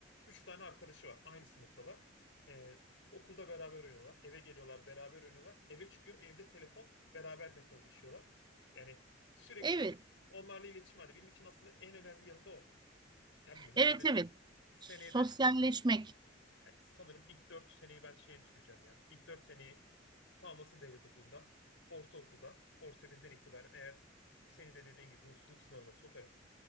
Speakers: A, on the left (about 70°); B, on the right (about 20°).
A: üç tane arkadaşı var. Aynı sınıftalar. Ee, okulda beraber oynuyorlar. Eve geliyorlar beraber oynuyorlar. Eve çıkıyor evde telefon beraber mesajlaşıyorlar. Yani sürekli
B: Evet,
A: onlarla iletişim halinde. Benim için aslında en önemli yanı da o. Ya bilmiyorum
B: evet,
A: herhalde
B: evet.
A: seneye
B: Sosyalleşmek.
A: de Yani sanırım ilk 4 seneyi ben şey düşüneceğim ya. İlk 4 seneyi tamamlasın devlet okulunda. Ortaokulda, orta birden itibaren eğer seni de dediğin gibi bursluluk sınavına sokarım.